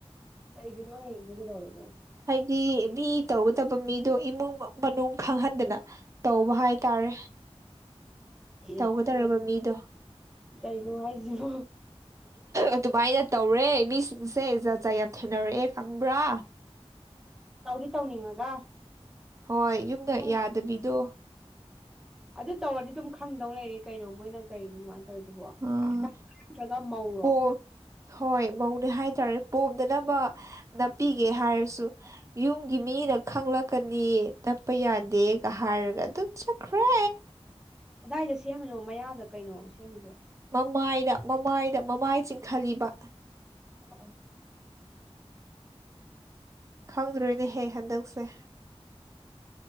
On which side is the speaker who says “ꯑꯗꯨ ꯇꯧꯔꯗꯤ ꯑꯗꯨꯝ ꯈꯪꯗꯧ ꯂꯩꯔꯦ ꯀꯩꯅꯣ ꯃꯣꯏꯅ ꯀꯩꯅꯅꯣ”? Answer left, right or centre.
Centre